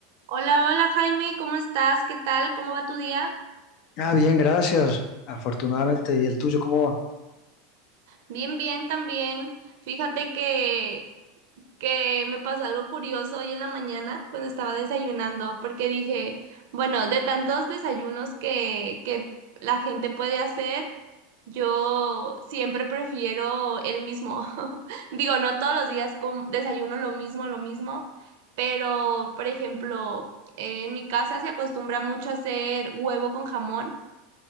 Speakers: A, on the right; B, on the left.
A: Hola, hola Jaime, ¿cómo estás? ¿Qué tal? ¿Cómo va tu día?
B: Ah, bien, gracias. Afortunadamente. ¿Y el tuyo cómo va?
A: Bien, bien también. Fíjate que, que me pasó algo curioso hoy en la mañana cuando estaba desayunando, porque dije, bueno, de tantos desayunos que, que la gente puede hacer, yo siempre prefiero el mismo. <laughs> Digo, no todos los días com- desayuno lo mismo, lo mismo, pero, por ejemplo, en mi casa se acostumbra mucho a hacer huevo con jamón.